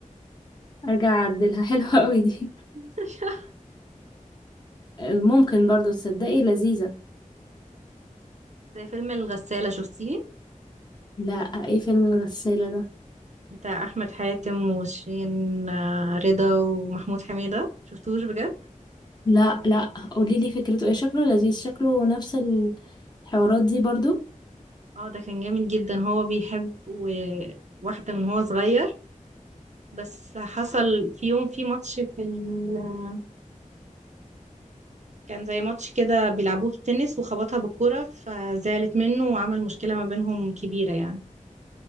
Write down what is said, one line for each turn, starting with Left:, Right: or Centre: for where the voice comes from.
Left: ارجع اعدلها <laughs> حلوة قوي دي
Right: <laughs>
Left: ممكن برضو تصدقي لذيذة
Right: زي فيلم الغسالة شفتيه
Left: لا ايه فيلم الغسالة ده
Right: بتاع احمد حاتم وشيرين آه، رضا ومحمود حميدة شفتوش بجد
Left: لا لا قولي لي فكرته ايه شكله لذيذ شكله نفس الحوارات دي برضو
Right: اه ده كان جامد جدا هو بيحب و- واحدة من هو صغير بس حصل في يوم في ماتش في ال... كان زي ماتش كده بيلعبوه في التنس وخبطها بالكرة فزعلت منه وعمل مشكلة ما بينهم كبيرة يعني